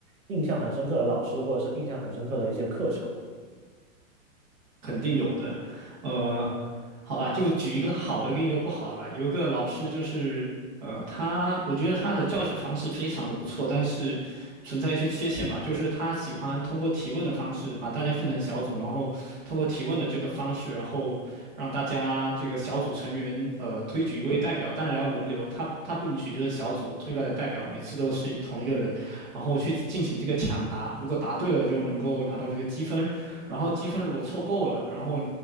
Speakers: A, on the right; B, on the right.
A: 印象很深刻的老师，或者是印象很深刻的一些课程？
B: 肯定有的，呃，好吧，就举一个好的跟一个不好的吧。有一个老师就是，呃，他我觉得他的教学方式非常的不错，但是存在一些缺陷吧，就是他喜欢通过提问的方式把大家分成小组，然后通过提问的这个方式，然后让大家这个小组成员呃推举一位代表，当然要轮流，他他不允许就是小组推派的代表每次都是同一个人，然后去进行这个抢答，如果答对了就能够拿到这个积分。然后积分如果凑够了，然后